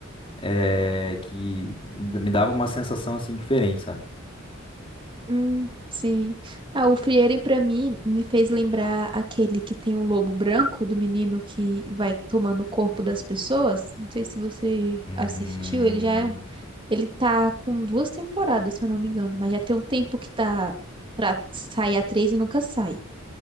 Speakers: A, on the left (about 25°); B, on the right (about 25°).
A: é, que d- me dava uma sensação assim diferente, sabe?
B: Hum, sim. Ah, o Frieren, pra mim, me fez lembrar aquele que tem um lobo branco, do menino que vai tomando o corpo das pessoas. Não sei se você
A: Hum,
B: assistiu, ele já é um... Ele tá com duas temporadas, se eu não me engano, mas já tem um tempo que tá pra sair a três e nunca sai.